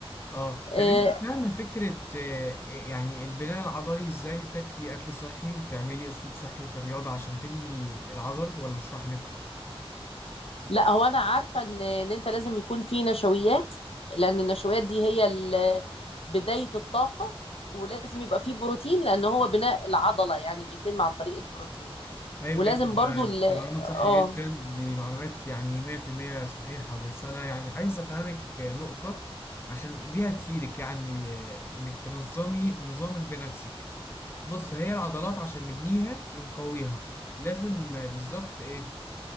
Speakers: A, on the left (about 25°); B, on the left (about 70°).
A: اه
B: آه،
A: طب انت فاهمه فكره آه، يعني البناء العضلي ازاي تاكلي اكل صحي وتعملي اسلوب صحي في الرياضه عشان تبني العضل ولا اشرح لك
B: لا هو انا عارفه ان ان انت لازم يكون في نشويات لان النشويات دي هي ال- بدايه الطاقه ولازم يبقى فيه بروتين لان هو بناء العضله يعني بيتم عن طريق البروتين
A: ايوه
B: ولازم
A: بجد ده-
B: برضو
A: دي
B: ال
A: معلومات صح
B: اه
A: جدا دي معلومات يعني 100% صحيحة بس انا يعني عايز افهمك نقطة عشان دي هتفيدك يعني انك تنظمي نظامك بنفسك بص هي العضلات عشان نبنيها ونقويها لازم بالظبط إيه